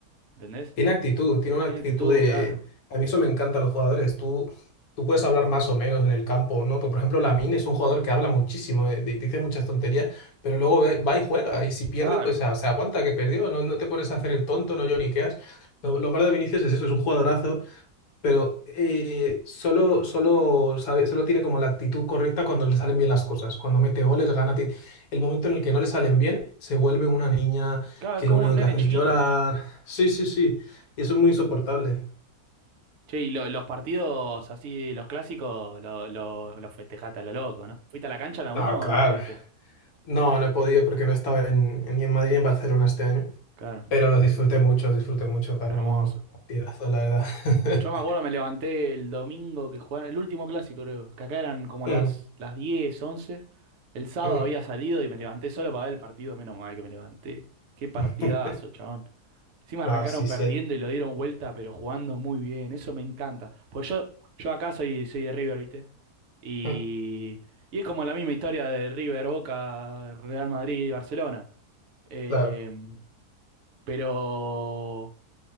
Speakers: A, on the right; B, on the left.
A: ¿Entendés?
B: Tiene actitud, tiene una
A: Tiene
B: actitud
A: actitud,
B: de...
A: claro.
B: A mí eso me encanta, los jugadores. Tú, tú puedes hablar más o menos en el campo, ¿no? Por por ejemplo, Lamine es un jugador que habla muchísimo, eh, di- dice muchas tonterías, pero luego ve- va y juega. Y si pierde,
A: Claro.
B: pues se se aguanta que perdió. No, no te pones a hacer el tonto, no lloriqueas. Lo, lo malo de Vinicius es eso, es un jugadorazo pero eh, solo, solo, sabe, solo tiene como la actitud correcta cuando le salen bien las cosas. Cuando mete goles, gana. ti- El momento en el que no le salen bien, se vuelve una niña
A: Claro,
B: que
A: es como
B: lo único
A: un nene
B: que hace
A: chiquito.
B: es llorar. Sí, sí, sí. Y eso es muy insoportable.
A: Che, y lo- los partidos así, los clásicos, los lo- lo- los festejaste a lo loco, ¿no? ¿Fuiste a la cancha en alguno
B: No, claro.
A: o no pudiste?
B: No, no he podido porque no he estado en, en- ni en Madrid ni en Barcelona este año.
A: Claro,
B: Pero los disfruté mucho, los disfruté mucho, claro,
A: hermoso.
B: uno partidazos, la verdad. <laughs>
A: Yo me acuerdo, me levanté el domingo que jugaron, el último clásico creo, que acá eran como las,
B: Mm,
A: las 10 once, El sábado
B: mm.
A: había salido y me levanté solo para ver el partido, menos mal que me levanté. Qué partidazo,
B: <laughs>
A: chabón. Encima
B: No,
A: arrancaron
B: sí,
A: perdiendo
B: sí, el-
A: y lo dieron vuelta, pero jugando muy bien, eso me encanta. Pues yo, yo acá soy, soy de River, ¿viste? Y,
B: mm,
A: y es como la misma historia de River, Boca, Real Madrid y Barcelona. Em,
B: claro.
A: pero